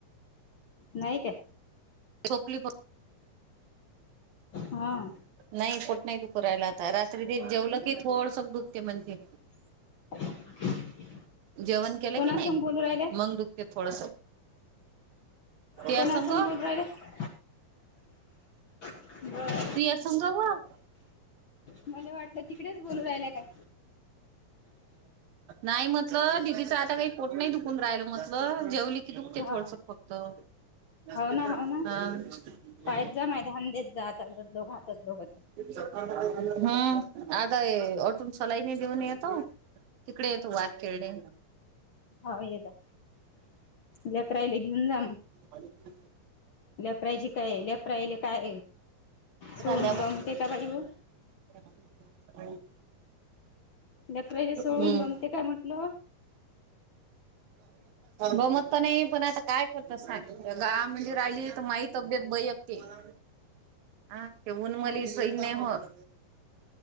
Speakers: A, on the left (about 60°); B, on the right (about 85°).
A: नाही काय.
B: <inaudible>
A: हा-
B: नाही पोट नाही दुखं राहायला आता रात्री ते जेवलं कि थोडसं दुखते म्हणत्ये.
A: <unintelligible>
B: जेवण केलं
A: कोणासंग
B: की नाही
A: बोलू राहिल्या
B: मग दुख दुखते थोडस त्या
A: कोणासंग
B: संग
A: बोलू राहिल्या <unintelligible>
B: तिया संंग व-
A: मला वाटले तिकडेच बोलू राहिले काय?
B: नाही म्हटलं दिदिच आता काही पोट नाही दुकून राहिलं म्हटलं जेवली की दुखते
A: हा
B: थोडसं फक्त हा <unintelligible>
A: हो ना हो ना पायत जा माय ध्यान देत जा आता लोक हातात लोक ती
B: हम्म आता ओटो ने सलाईन देऊन येतो. तिकडे येतो वारखेरडे
A: ह येताव लेकराले घेऊन जा मग
B: आणि काय-
A: लेकरायची काय लेकरायले काय सोडून
B: झाल्यावर
A: जमते का बाई वं
B: <unintelligible>
A: लेकराईले सोडून
B: हम्म
A: गमते काय म्हटलं
B: गमत तर नाही पण आता काय करता सागं गावामधी राहिली तर माहित तब्येत <inaudible> ह ते ऊन
A: हम्म
B: मले सहन नाही होत